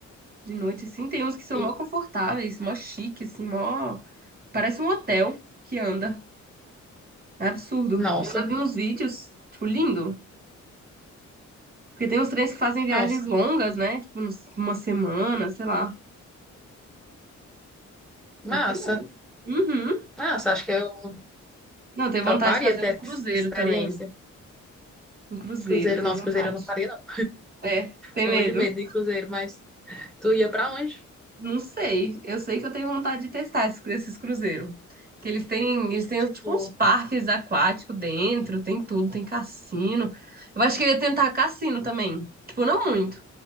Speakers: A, on the right (about 30°); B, in the centre.
A: de noite, assim. Tem uns que são
B: enfim,
A: mó confortáveis, mó chique, assim, mó. Parece um hotel que anda. É absurdo.
B: nossa,
A: Eu já vi uns vídeos, tipo, lindo. Porque tem uns trens que fazem viagens
B: nossa,
A: longas, né? Tipo, uns- uma semana, sei lá.
B: massa.
A: Até mais. Uhum.
B: Massa, acho que eu
A: Não, tenho
B: toparia
A: vontade de fazer
B: ter
A: um cruzeiro
B: essa experiência.
A: também. Um cruzeiro,
B: Cruzeiro,
A: tenho
B: nossa,
A: vontade.
B: cruzeiro eu não faria, não.
A: É, tem
B: Morro
A: medo.
B: de medo de cruzeiro, mas tu ia pra onde?
A: Não sei. Eu sei que eu tenho vontade de testar esses, esses cruzeiros. Que eles têm, eles têm
B: Tipo,
A: tipo uns parques aquáticos dentro, tem tudo, tem cassino. Eu acho que eu ia tentar cassino também. Tipo, não muito.